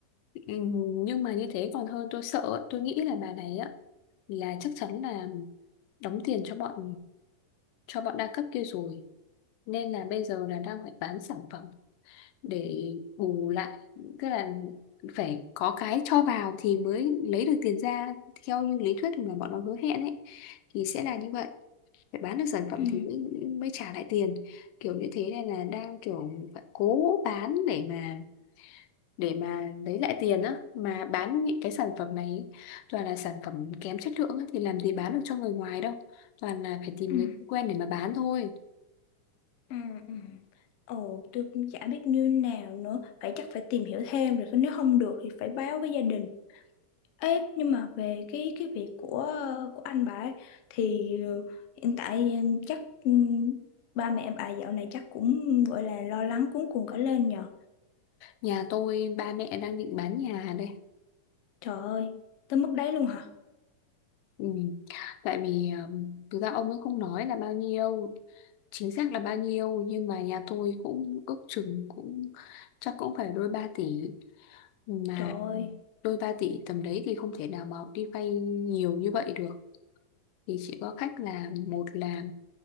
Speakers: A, on the left (about 85°); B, on the left (about 65°).
A: ừm, nhưng mà như thế còn hơn tôi sợ ạ. tôi nghĩ là bà này á là chắc chắn là đóng tiền cho bọn cho bọn đa cấp kia rồi nên là bây giờ là đang phải bán sản phẩm để bù lại tức là phải có cái cho vào thì mới lấy được tiền ra theo như lý thuyết mà bọn nó hứa hẹn ấy thì sẽ là như vậy phải bán được sản phẩm
B: ừ
A: thì mới, mới trả lại tiền kiểu như thế này là đang kiểu phải cố bán để mà để mà lấy lại tiền á mà bán những cái sản phẩm này ý, toàn là sản phẩm kém chất lượng á, thì làm gì bán được cho người ngoài đâu toàn là phải tìm
B: ừ
A: người quen để mà bán thôi
B: ừ ừ ồ tôi cũng chả biết như nào nữa phải chắc phải tìm hiểu thêm rồi nếu không được thì phải báo với gia đình Ê, nhưng mà về cái cái việc của ờ, của anh bà ấy, thì ờ, hiện tại ờ, chắc ừm, ba mẹ bà dạo này chắc cũng gọi là lo lắng cuống cuồng cả lên nhờ.
A: nhà tôi ba mẹ đang định bán nhà đây
B: Trời ơi, tới mức đấy luôn hả?
A: ừ. tại vì ừm, thực ra ông ấy không nói là bao nhiêu chính xác là bao nhiêu nhưng mà nhà tôi cũng ước chừng cũng chắc cũng phải đôi 3 tỷ mà
B: Trời ơi.
A: đôi 3 tỷ tầm đấy thì không thể nào mà đi vay nhiều như vậy được thì chỉ có cách là một là